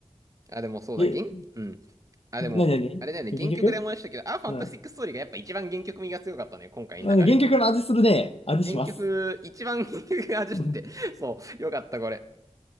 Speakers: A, on the right; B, on the left.
A: あ、でもそうだ、
B: え、
A: 原、うん。あ、
B: なになに原曲
A: でも、あれだよね、原曲で思い出したけど、あ、ファンタスティックストーリーがやっぱ一番原曲味が強かったね、
B: うん。
A: 今回の中で。
B: あの原曲の味するね。味します。
A: 原曲、一番 <laughs> 原曲が味してて、
B: うん。
A: そう、よかった、これ。